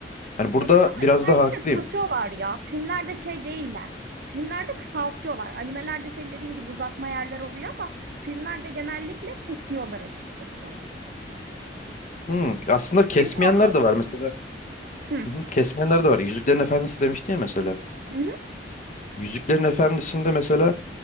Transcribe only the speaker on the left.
Hani burada
biraz
daha haklıyım.
Hmm, aslında kesmeyenler
de var mesela.
Hı hı, kesmeyenler de var. Yüzüklerin Efendisi demişti ya mesela.
Yüzüklerin Efendisi'nde mesela